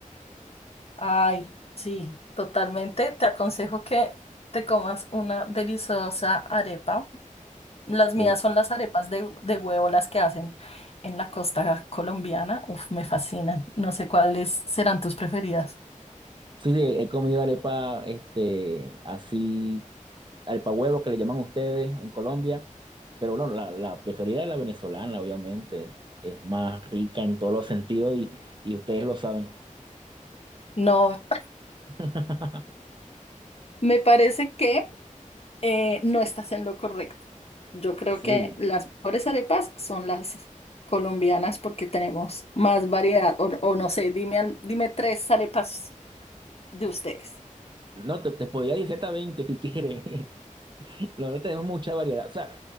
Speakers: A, on the left; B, on the right.
A: Ay, sí, totalmente. Te aconsejo que te comas una deliciosa arepa. Las mías
B: Sí,
A: son las arepas de, de huevo, las que hacen en la costa colombiana. Uf, me fascinan. No sé cuáles serán tus preferidas.
B: sí, sí, he comido arepa, este, así, arepa huevo que le llaman ustedes en Colombia, pero bueno, la, la preferida es la venezolana, obviamente. Es más rica en todos los sentidos y, y ustedes lo saben.
A: No,
B: <laughs>
A: me parece que eh, no estás en lo correcto. Yo creo
B: Sí.
A: que las mejores arepas son las colombianas porque tenemos más variedad. O, o no sé, dime, al- dime tres arepas de ustedes?
B: No, te, te podría decir hasta 20 si quieres. La tenemos mucha variedad. O sea,